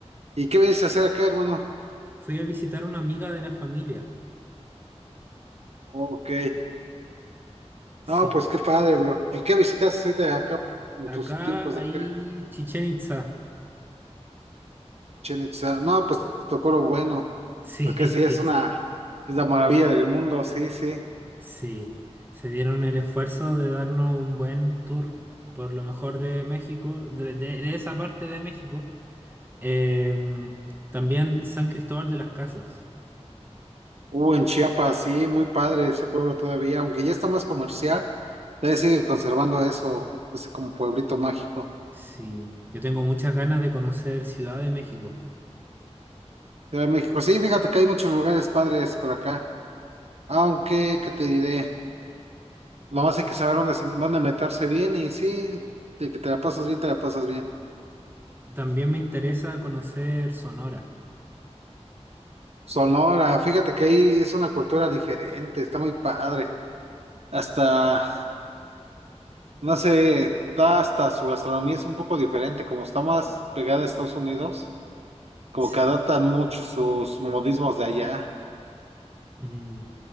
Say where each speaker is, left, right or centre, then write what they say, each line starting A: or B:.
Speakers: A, on the right; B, on the right.
A: ¿Y qué vienes a hacer acá, hermano?
B: Fui a visitar a una amiga de la familia.
A: Ok.
B: Sí.
A: No, pues qué padre, bro. ¿Y qué visitas ahorita acá en
B: Acá
A: tus tiempos de
B: hay
A: acá?
B: Chichen Itza.
A: Chichén Itzá. No, pues tocó lo bueno,
B: Sí,
A: porque sí,
B: <laughs>
A: es
B: sí,
A: una, es la maravilla del mundo, sí, sí.
B: sí. Se dieron el esfuerzo de darnos un buen tour por lo mejor de México, de, de- de esa parte de México. Em, también San Cristóbal de las Casas.
A: Hubo en Chiapas, sí, muy padre ese pueblo todavía, aunque ya está más comercial, todavía sigue conservando eso, ese como pueblito mágico.
B: Sí, yo tengo muchas ganas de conocer Ciudad de México.
A: Ciudad de México, sí, fíjate que hay muchos lugares padres por acá, aunque, ¿qué te diré? Lo más hay que saber dónde, se- dónde meterse bien y sí, de que te la pasas bien, te la pasas bien.
B: También me interesa conocer Sonora.
A: Sonora, fíjate que ahí es una cultura diferente, está muy padre. Hasta, no sé, está hasta su gastronomía es un poco diferente, como está más pegada a Estados Unidos, como
B: Sí.
A: que adaptan mucho sus modismos de allá.
B: Mm.